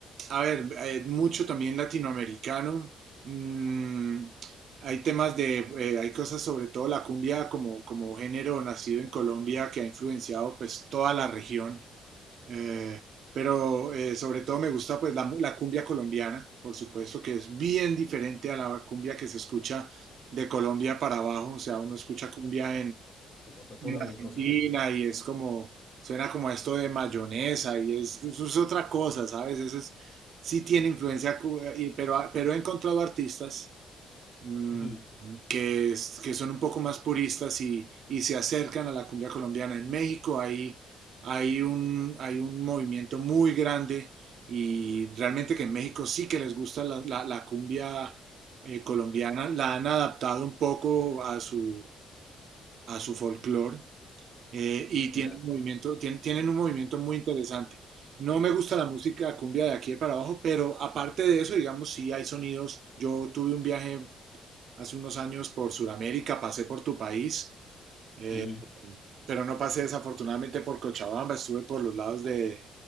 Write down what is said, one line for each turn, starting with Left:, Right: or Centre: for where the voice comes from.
Right: a ver, eh, mucho también latinoamericano. Mm, hay temas de, eh, hay cosas sobre todo la cumbia como, como género nacido en Colombia que ha influenciado pues toda la región. Eh, pero eh, sobre todo me gusta pues la, mu- la cumbia colombiana, por supuesto, que es bien diferente a la cumbia que se escucha de Colombia para abajo. O sea, uno escucha cumbia
Left: como Totola
Right: en Argentina
Left: Momprosina.
Right: y es como, suena como a esto de mayonesa y es, eso es otra cosa, ¿sabes? Eso es, sí tiene influencia, cu- y- pero, ha- pero he encontrado artistas mm,
Left: Ujú.
Right: que, es- que son un poco más puristas y, y se acercan a la cumbia colombiana. En México hay, hay un, hay un movimiento muy grande y realmente que en México sí que les gusta la, la- la cumbia eh, colombiana,
Left: No,
Right: la han adaptado un poco a su, a su folclore eh, y tienen
Left: Ya,
Right: movimiento, tien- tienen un movimiento muy interesante. No me gusta la música cumbia de aquí de para abajo, pero aparte de eso, digamos, sí hay sonidos. Yo tuve un viaje hace unos años por Sudamérica, pasé por tu país, eh,
Left: ujú,
Right: pero no pasé desafortunadamente por Cochabamba, estuve por los lados de,